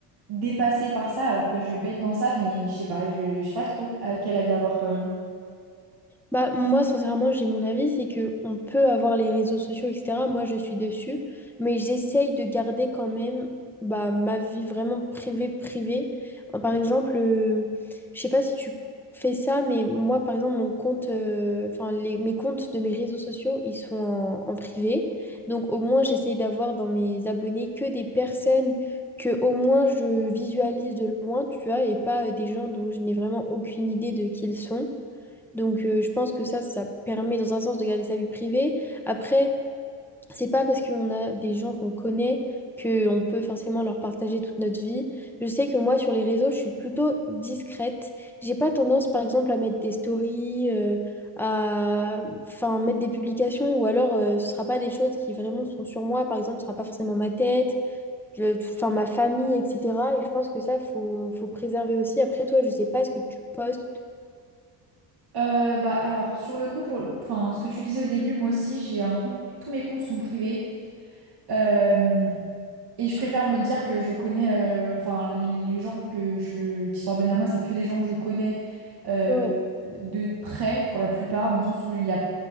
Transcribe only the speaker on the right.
dépassée par ça, alors que je baigne dans ça, mais je sais pas, je, je sais pas trop à quel avis avoir quand même.
Euh, bah alors sur le coup, pour, enfin ce que tu disais au début, moi aussi j'ai un compte, tous mes comptes sont privés. Euh, Et je préfère me dire que je connais, euh, enfin, les gens que je, qui sont abonnés à moi, c'est que des gens que je connais euh,
de près pour la plupart, dans le sens où il n'y a